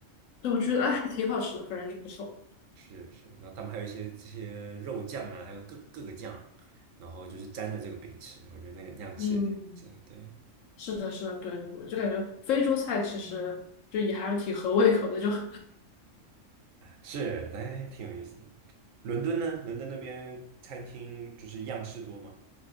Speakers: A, on the left; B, on the right.
A: 对，我觉得哎还挺好吃的，反正就不错。
B: 是是。然后他们还有一些这些肉酱啊，还有各各个酱，然后就是沾着这个饼吃，我觉得那个那样吃也挺好吃的，
A: 嗯，
B: 对。
A: 是的，是的，对对，我就感觉非洲菜其实就也还挺合胃口的，就 <laughs>
B: 是，哎，挺有意思的。伦敦呢？伦敦那边餐厅就是样式多吗？